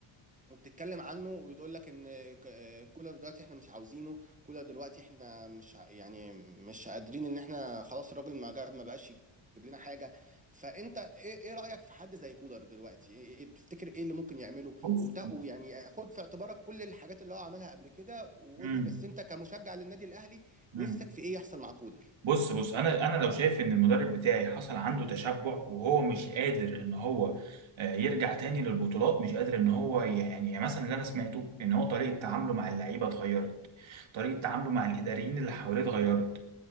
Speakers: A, on the right; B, on the right.
A: وبتتكلم عنه وبتقول لك ان ك- آه، كولر دلوقتي احنا مش عاوزينه كولر دلوقتي احنا مش ع- يعني مش قادرين ان احنا خلاص الراجل ما جاب ما بقاش يجيب لنا حاجه فانت ايه ايه رايك في حد زي كولر دلوقتي ايه إيه- بتفتكر ايه اللي ممكن يعمله
B: بص
A: وت- ويعني خد في اعتبارك كل الحاجات اللي هو عملها قبل كده وقول
B: مم.
A: لي بس انت كمشجع للنادي الاهلي
B: مم.
A: نفسك في ايه يحصل مع كولر
B: بص بص انا انا لو شايف ان المدرب بتاعي حصل عنده تشبع وهو مش قادر ان هو آه، يرجع تاني للبطولات مش قادر ان هو يعني يعني مثلا اللي انا سمعته ان هو طريقه تعامله مع اللعيبه اتغيرت طريقه تعامله مع الاداريين اللي حواليه اتغيرت